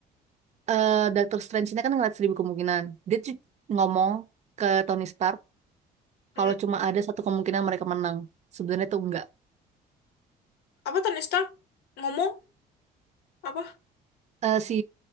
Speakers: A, on the right; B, on the left.
A: eh Doctor Strange ini kan ngeliat seribu kemungkinan dia tuh ngomong ke Tony Stark
B: hmm.
A: kalau cuma ada satu kemungkinan mereka menang sebenarnya tuh enggak
B: Apa Tony Stark ngomong apa?
A: eh, si